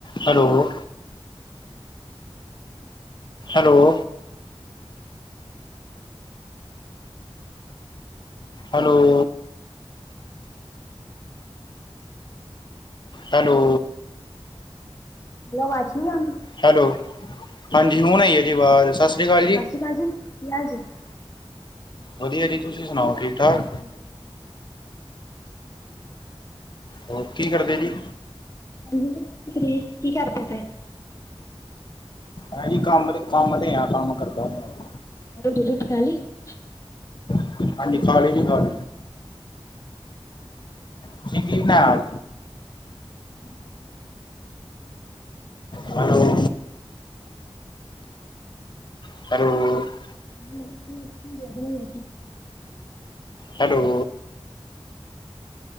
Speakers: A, on the left (about 45°); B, on the left (about 30°).
A: Hello.
B: ਅ <inaudible>
A: hello. Hello. Hello.
B: ਆਵਾਜ਼ ਨੀ ਆਂਦੀ।
A: ਹੈਲੋ, ਹਾਂਜੀ ਹੁਣ ਆਈ ਏ ਜੀ ਵਾਜ਼ ਸਸ ਸ੍ਰੀ ਕਾਲ ਜੀ।
B: ਠੀਕ ਆ ਜੀ। ਯ ਆ ਜੀ <unintelligible>
A: ਵਦੀਆ ਜੀ ਤੁਸੀਂ ਸੁਣਾਓ ਠੀਕ ਠਾਕ।
B: ਹਾਂਜੀ, ਵਦੀਆ <unintelligible>
A: ਹੋਰ ਕੀ ਕਰਦੇ ਜੀ?
B: ਹਾਂਜੀ, ਸਤੀ <unintelligible> ਕੀ ਕਰਦੇ ਪੇ।
A: ਐਹੀ ਕੰਮ ਤੇ, ਕੰਮ ਤੇ ਆ ਕੰਮ ਕਰਦਾ ਪਿਆ।
B: ਦ ਖਾਲੀ <unintelligible>
A: ਹਾਂਜੀ, ਨਿਖਾ <unintelligible> ਤੁਸੀ ਕੀ ਲੈਨਾ।
B: <unintelligible>
A: ਹੈਲੋ। ਹੈਲੋ।
B: ਹਾਂ ਠੀਕ <unintelligible>
A: ਹੈਲੋ।